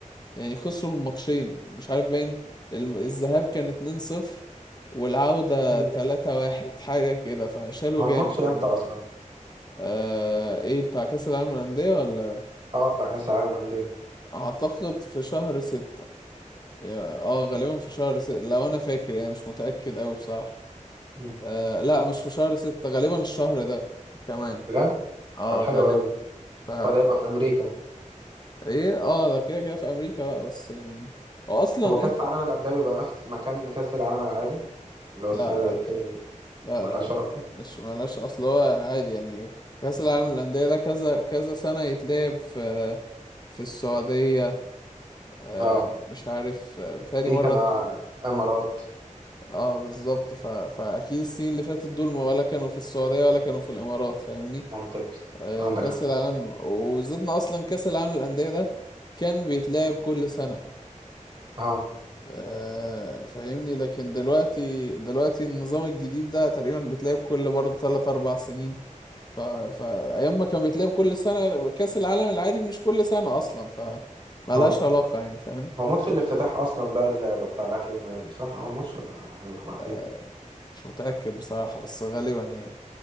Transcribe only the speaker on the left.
يعني خسروا الماتشين مش عارف باين الم- الذهاب كان 2-0 والعودة
3-1 حاجة كده فشالوا
جامد
يعني
آه ايه بتاع كأس العالم للأندية ولا
أعتقد في شهر ستة يا- اه غالبا
في شهر ستة لو أنا فاكر يعني مش متأكد أوي بصراحة
آه لا مش في شهر ستة غالبا الشهر ده كمان
اه
غالبا
ف
ايه اه ده كده كده في أمريكا بقى بس يعني هو أصلا
أنت
لا
لا
لا
لا
مش ملاش اصل هو عادي يعني كأس العالم للأندية ده كذا كذا سنة يتلعب في في السعودية آه،
مش عارف آه، بتهيألي
مرة
اه بالظبط ف... فأكيد السنين اللي فاتت دول ما ولا كانوا في السعودية ولا كانوا في الإمارات فاهمني
آه،
كأس
العالم وبالذات إن أصلا كأس العالم للأندية ده كان بيتلعب كل سنة
آه، فاهمني لكن دلوقتي دلوقتي النظام الجديد ده تقريبا بيتلعب كل برضه تلات أربع سنين ف... فأيام ما كان بيتلعب كل سنة كأس العالم العادي مش كل سنة أصلا ف ملهاش
علاقة يعني فاهم
آه، مش متأكد بصراحة بس غالبا يعني